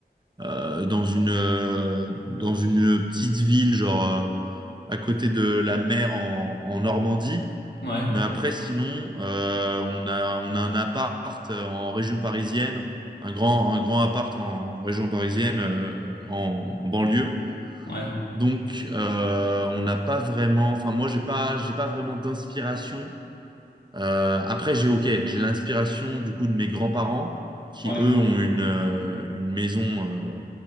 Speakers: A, on the right; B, on the left.
A: euh, dans une euh, dans une petite ville, genre euh, à côté de la mer en, en Normandie.
B: Ouais,
A: Mais après, sinon, euh, on a on a un appart euh, en région parisienne, un grand un grand appart en région parisienne, euh, en, en banlieue.
B: ouais,
A: Donc, euh, on n'a pas vraiment. Enfin, moi, j'ai pas j'ai pas vraiment d'inspiration euh, après, j'ai ok, j'ai l'inspiration du coup de mes grands-parents qui
B: ouais,
A: eux ont une euh, une maison euh,